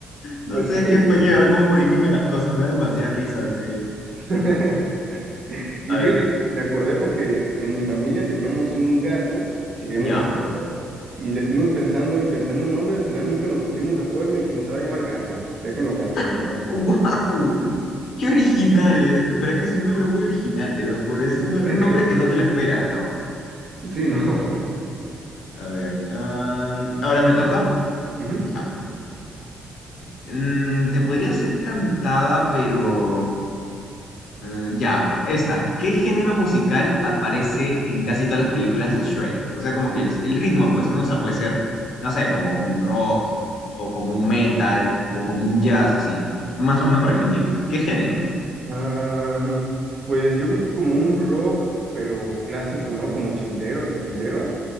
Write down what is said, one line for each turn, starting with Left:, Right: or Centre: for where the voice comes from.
Left: No
Right: Pues
Left: sé, es
Right: sí.
Left: que España de verdad cómo modifica las cosas. Me da demasiada risa, en serio.
Right: <laughs> Y
Left: A
Right: fíjate
Left: ver,
Right: que me acordé porque en mi familia teníamos un gato que habíamos
Left: ¿ya?
Right: rescatado y le estuvimos pensando y pensando el nombre, al final nunca nos pusimos de acuerdo y dijimos, se va a llamar gato, déjenlo gato, el
Left: <laughs>
Right: gato.
Left: ¡Wow! ¡Qué original! eh! Pero es que es un nombre muy original, te lo juro. Es un,
Right: <laughs>
Left: un nombre que no te lo esperas, ¿no?
Right: Sí, ¿no? <laughs>
Left: A ver, am, ahora me toca.
Right: Ujú.
Left: Ya. Mm, te podría ser cantada, pero... Eh, ya, esta. ¿Qué género musical aparece en casi todas las películas de Shrek? O sea, como que el, el ritmo, pues, ¿no? O sea, puede ser, no sé, como un rock, o como un metal, o como un jazz, así. Más o menos para que me entiendas. ¿Qué género?
Right: Ah, pues yo creo que como un rock, pero clásico, ¿no? Como ochentero, setentero.